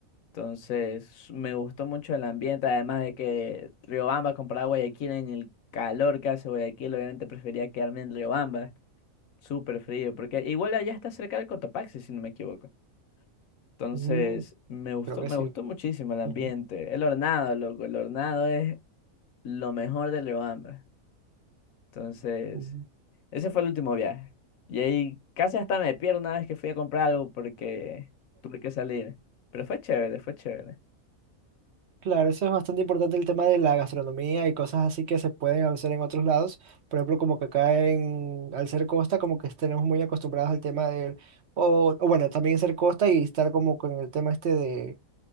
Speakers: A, on the left (about 75°); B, on the right (about 55°).
A: Entonces, me gustó mucho el ambiente, además de que Riobamba comparado a Guayaquil en el calor que hace Guayaquil, obviamente prefería quedarme en Riobamba, súper frío, porque igual allá está cerca del Cotopaxi, si no me equivoco. Entonces,
B: Mm,
A: me gustó,
B: creo que
A: me
B: sí.
A: gustó muchísimo el ambiente.
B: Ujú,
A: El hornado, loco, el hornado es lo mejor de Riobamba. Entonces,
B: ujú.
A: ese fue el último viaje. Y ahí casi hasta me pierdo una vez que fui a comprar algo porque tuve que salir. Pero fue chévere, fue chévere.
B: Claro, eso es bastante importante el tema de la gastronomía y cosas así que se pueden hacer en otros lados. Por ejemplo, como que acá en, al ser costa, como que tenemos muy acostumbrados al tema del, o, o bueno, también ser costa y estar como con el tema este de